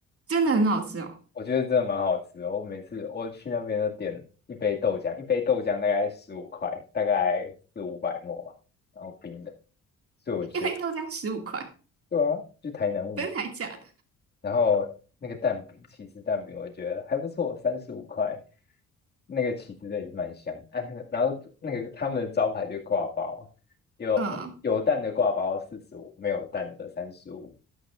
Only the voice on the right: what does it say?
真的很好吃哦，
一杯豆浆十五块，
真的还假的？
嗯，